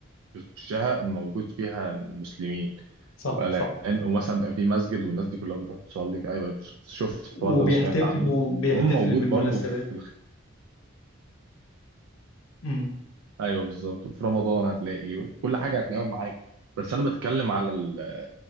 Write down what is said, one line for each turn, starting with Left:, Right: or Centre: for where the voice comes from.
Right: بتخشها موجود فيها مسلمين
Left: صح
Right: والان
Left: صح
Right: ومثلا بقى في مسجد والناس دي كلها بتروح تصلي ايوه شفت الحوار
Left: وبيحتفلوا
Right: ده وسمعت عنه
Left: بيحتفل
Right: وهم موجود
Left: بالمناسبات
Right: برضو في الخ...
Left: امم
Right: ايوه بالظبط في رمضان هتلاقي كل حاجه هتلاقيها معاك بس انا بتكلم على ال...